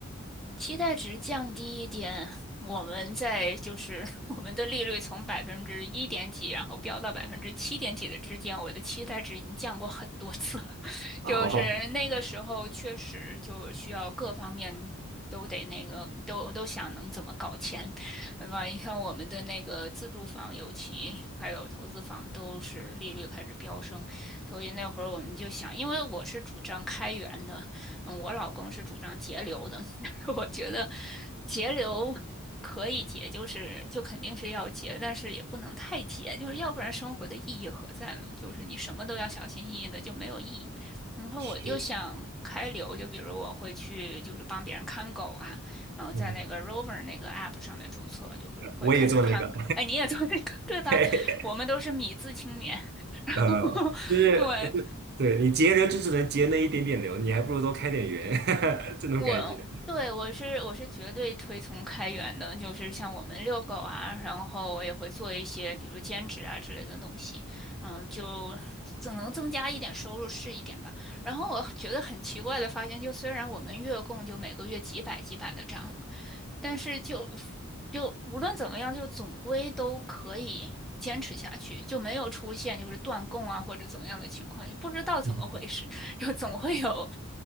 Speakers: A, in the centre; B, on the right.
A: 期待值降低一点，我们在就是 <laughs> 我们的利率从百分之一点几，然后飙到百分之七点几的之间，我的期待值已经降过很多次了。<laughs>
B: 哦，
A: 就是那个时候确实就需要各方面都得那个都都想能怎么搞钱，对吧？你看我们的那个自住房，尤其还有投资房，都是利率开始飙升，所以那会儿我们就想，因为我是主张开源的，嗯，我老公是主张节流的。<laughs> 我觉得节流可以节，就是就肯定是要节，但是也不能太节，就是要不然生活的意义何在呢？就是你什么都要小心翼翼的，就没有意义。然后我就想开流，
B: <laughs> 是，
A: 就比如我会去就是帮别人看狗啊，然后在那个
B: 嗯
A: Rover 那个 app 上面注册，就是会开始看。
B: 我也做那个。
A: 哎，你也做那个对吧？
B: <laughs>
A: 我们都是米字青年，<laughs>
B: 呃，就是就对你节流就只能节那一点点流，
A: 对，
B: 你还不如多开点源，<laughs> 这种感觉。
A: 我对我是我是绝对推崇开源的，就是像我们遛狗啊，然后我也会做一些比如兼职啊之类的东西，嗯，就总能增加一点收入是一点吧。然后我觉得很奇怪的发现，就虽然我们月供就每个月几百几百的涨，但是就就无论怎么样，就总归都可以坚持下去，就没有出现就是断供啊或者怎么样的情况，就不知道怎么回事。
B: 嗯，
A: 就总会有